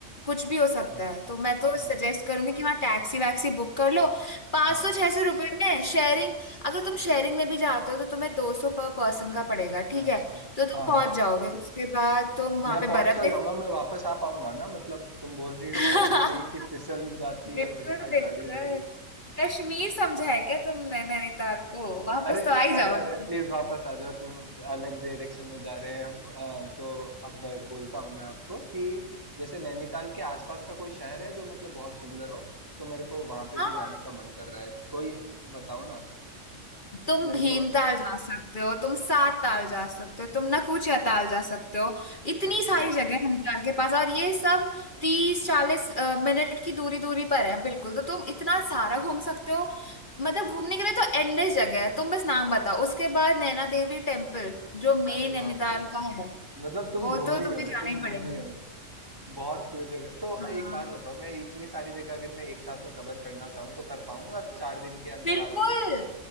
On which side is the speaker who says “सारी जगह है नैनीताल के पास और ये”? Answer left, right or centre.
Left